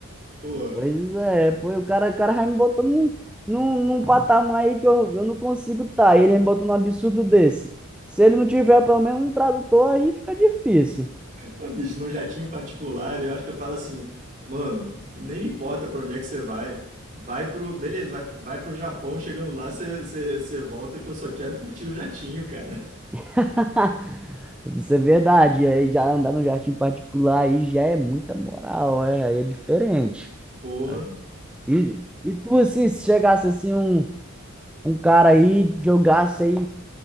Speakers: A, on the right; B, in the centre.
A: Porra.
B: Pois é, pô, o cara, o cara vai me botando num, num, num patamar aí que eu, eu não consigo estar. Tá. Ele me botou num absurdo desse. Se ele não tiver pelo menos um tradutor, aí fica difícil.
A: Ô, bicho, num jatinho particular, eu acho que eu falo assim, mano, nem me importa pra onde é que você vai. Vai pro. Beleza, vai, pro- vai pro Japão, chegando lá, você você- você volta que eu só quero curtir o jatinho, cara.
B: <laughs> Isso é verdade. Aí já andar no jardim particular aí já é muita moral, é, aí é diferente.
A: Porra.
B: Ai. E, e tu, assim, se chegasse assim um, um cara aí, jogasse aí